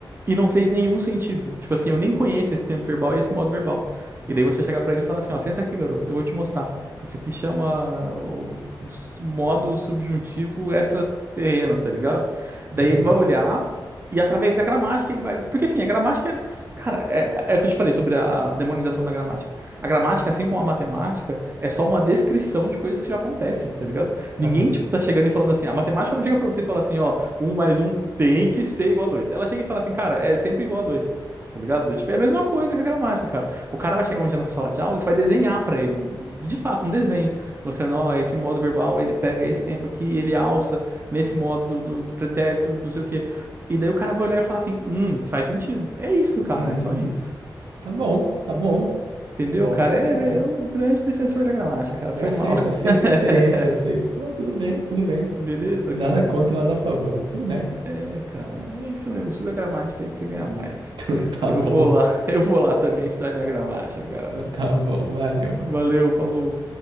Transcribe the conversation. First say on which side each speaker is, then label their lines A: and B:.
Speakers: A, on the right; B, on the right.
A: e não fez nenhum sentido. Tipo assim, eu nem conheço esse tempo verbal e esse modo verbal. E daí você chegar pra ele e falar assim, ó, senta aqui, garoto, eu vou te mostrar. Isso aqui chama o modo subjuntivo terreno, tá ligado? Daí
B: <laughs>
A: ele vai olhar e através da gramática ele vai. Porque assim, a gramática, é- cara, é, é o que eu te falei sobre a demonização da gramática. A gramática, assim como a matemática, é só uma descrição de coisas que já acontecem, tá ligado? Ninguém,
B: Aham.
A: tipo, tá chegando e falando assim, a matemática não chega pra você e fala assim, ó, um mais um tem que ser igual a dois. Ela chega e fala assim, cara, é sempre igual a dois. Tá ligado? Tipo, é a mesma coisa que a gramática, cara. O cara vai chegar um dia na sala de aula, você vai desenhar pra ele, de fato, um desenho, mostrando, ó, esse modo verbal, ele pega esse tempo aqui, ele alça nesse modo do, do pretérito, não sei o quê. E daí o cara vai olhar e falar assim: hum, faz sentido. É isso, cara,
B: Hum,
A: é só isso.
B: tá bom, tá bom,
A: Entendeu?
B: tá bom,
A: O cara é,
B: tá bom.
A: é o grande defensor da gramática, cara. Foi
B: Eu aceito,
A: mal. <laughs>
B: aceito sua experiência, aceito. Não, tudo bem, tudo bem.
A: Beleza,
B: Nada
A: cara?
B: contra, nada a favor. Tudo bem.
A: É, cara, é isso mesmo. Estuda gramática aí que você ganha mais.
B: <laughs> Tá
A: Eu
B: bom,
A: vou lá, <laughs> eu vou lá também estudar minha gramática, cara.
B: tá bom, valeu.
A: Valeu, falou.